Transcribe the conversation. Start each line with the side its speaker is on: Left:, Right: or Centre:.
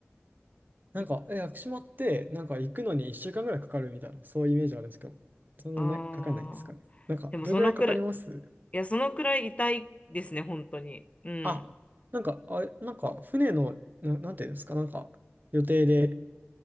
Right: なんか、
Left: い
Right: え、屋久島って、なんか行くのに1週間ぐらいかかるみたいな、そういうイメージあるんですけど、そんなね、
Left: あー、
Right: かかんないんですかね。なんか、
Left: でもそのくらい、
Right: どれぐらいかかります
Left: いや、そのくらい痛いですね、本当に。うん。
Right: あ、なんか、あれ、なんか、船の、な、なんていうんですか、なんか、予定で、